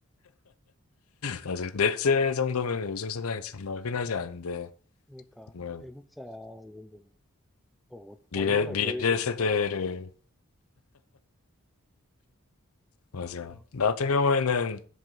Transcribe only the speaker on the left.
맞아요. 넷째 정도면 요즘 세상에 정말 흔하지 않은데,
정말
미래,
미래
세대를,
맞아요.
나
같은 경우에는